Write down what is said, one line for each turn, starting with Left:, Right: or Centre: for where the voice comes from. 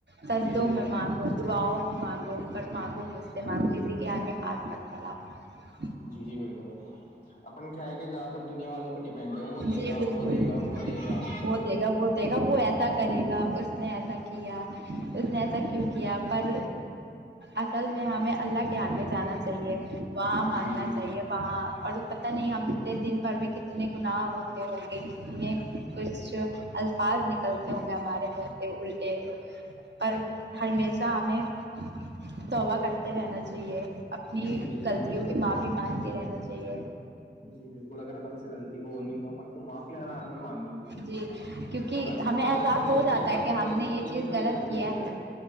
Right: تردوں
Left: جی جی بالکل
Right: میں ماںگو دعاؤں میں مانگو اور مانگو استعمال کسی کے آگے ہاتھ مت <unintelligible>
Left: جی جی بالکل اپن کیا ہے کہ زیادہ تر دنیا والوں پہ ڈیپینڈ ہے وہ دے
Right: جی
Left: گا
Right: بالکل
Left: وہ دے گا وہ دے گا
Right: وہ دے گا وہ دے گا وہ ایسا کرے گا اس نے ایسا کیا کیا اس نے ایسا کیوں کیا پر اصل میں ہمیں اللہ کے آگے جانا چاہیے وہاں مانگنا
Left: جی جی
Right: چاہیے وہاں اور پتا نہیں ہم دن بھر میں کتنے اتنے گناہ ہوتے ہوں گے اتنے کچھ الفاظ نکلتے ہوں گے ہمارے منہ سے پر ہمیشہ ہمیں توبا کرتے رہنا چاہیے اپنی
Left: جی بالکل
Right: غلطیوں
Left: بالکل
Right: کی ماں پی مانتی رہنا چاہیے
Left: جی بالکل اگر اپن سے غلطی ہو نہیں ہون کو معافی ہر حال میں مانگنی ہے
Right: جی کیونکہ
Left: اور اللہ
Right: ہمیں
Left: تعالی
Right: احساس
Left: ایسے
Right: ہو
Left: ہیں
Right: جاتا
Left: اپن
Right: ہے کہ
Left: سے بھلے
Right: ہم نے یہ
Left: کتنی
Right: چیز
Left: بھی بڑی
Right: غلط
Left: غلطی
Right: کیا
Left: ہو جائے
Right: ہے